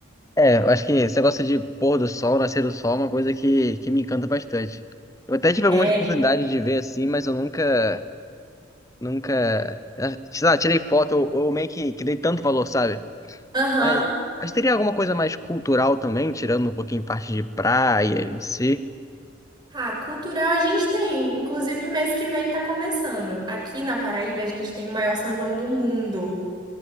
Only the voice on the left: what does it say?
É, eu acho que esse negócio de pôr do sol, nascer do sol, é uma coisa que, que me encanta bastante. Eu até tive algumas
oportunidades de ver assim, mas eu nunca, nunca, sei lá, tirei foto ou, ou meio que, que dei tanto valor, sabe?
Mas, mas teria alguma coisa mais cultural também, tirando um pouquinho parte de praia em si?